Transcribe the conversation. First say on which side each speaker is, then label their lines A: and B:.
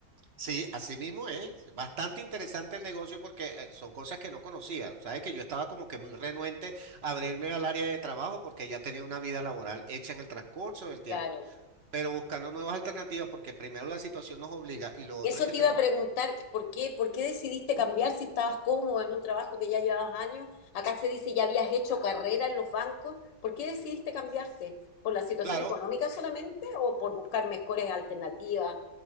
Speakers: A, on the right; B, on the left.
A: Sí, así mismo es. Bastante interesante el negocio porque eh, son cosas que no conocía. Sabes que yo estaba como que muy renuente a abrirme al área de trabajo porque ya tenía una vida laboral hecha en el transcurso del tiempo.
B: claro.
A: Pero buscando nuevas alternativas porque primero la situación nos obliga y lo otro
B: Eso
A: es que
B: te
A: tenemos,
B: iba a preguntar, ¿por qué, por qué decidiste cambiar si estabas cómodo en un trabajo que ya llevabas años? Acá se dice ya habías hecho carrera en los bancos. ¿Por qué decidiste cambiarte? ¿Por la situación
A: claro,
B: económica solamente o por buscar mejores alternativas?